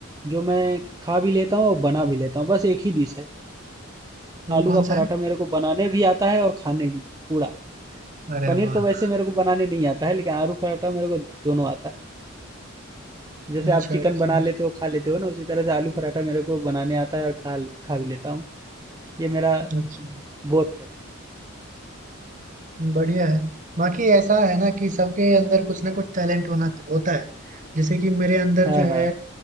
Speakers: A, on the right; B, on the right.
A: जो मैं खा भी लेता हूँ और बना भी लेता हूँ बस एक ही डिश है
B: वो
A: आलू
B: कौन
A: का पराठा
B: सा है?
A: मेरे को बनाने भी आता है और खाने भी पूरा
B: अरे
A: पनीर
B: वाह!
A: तो वैसे मेरे को बनाने नहीं आता है लेकिन आलू पराठा मेरे को दोनों आता है जैसे
B: अच्छा,
A: आप चिकन
B: अच्छा,
A: बना लेते हो खा लेते हो ना उसी तरह से आलू पराठा मेरे को बनाने आता है और खा खा भी लेता हूँ ये मेरा
B: अच्छा।
A: बहुत है
B: बढ़िया है। बाकी ऐसा है ना कि सबके अंदर कुछ ना कुछ टैलेंट होना होता है। जैसे कि मेरे अंदर
A: हाँ
B: जो
A: हाँ
B: है